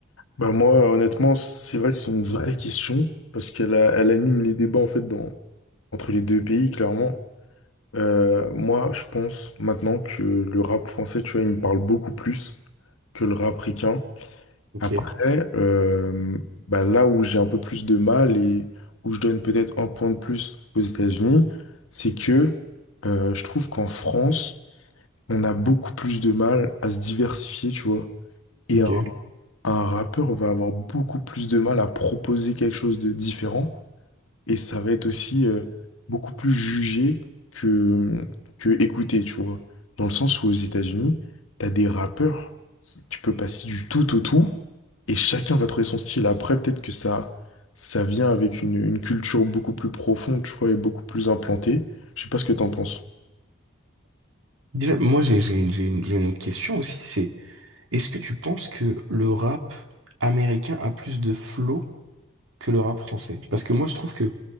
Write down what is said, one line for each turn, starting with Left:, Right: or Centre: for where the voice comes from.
Left: Bah moi, honnêtement, c'est vrai que c'est une vraie question, parce qu'elle a- elle anime les débats en fait dans, entre les deux pays, clairement. Euh, moi, je pense maintenant que le rap français, tu vois, il me parle beaucoup plus que le rap ricain.
Right: Ok.
Left: Après, euh, bah là où j'ai un peu plus de mal et où je donne peut-être un point de plus aux États-Unis, c'est que euh, je trouve qu'en France, on a beaucoup plus de mal à se diversifier, tu vois. et
Right: Ok.
Left: un rappeur va avoir beaucoup plus de mal à proposer quelque chose de différent et ça va être aussi euh, beaucoup plus jugé que, que écouté, tu vois. Dans le sens où aux États-Unis, t'as des rappeurs, tu peux passer du tout au tout et chacun va trouver son style. Après, peut-être que ça, ça vient avec une, une culture beaucoup plus profonde, tu vois, et beaucoup plus implantée. Je sais pas ce que t'en penses.
Right: Déjà, moi, j'ai j'ai une, j'ai une- j'ai une autre question aussi, c'est est-ce que tu penses que le rap américain a plus de flow que le rap français? Parce que moi, je trouve que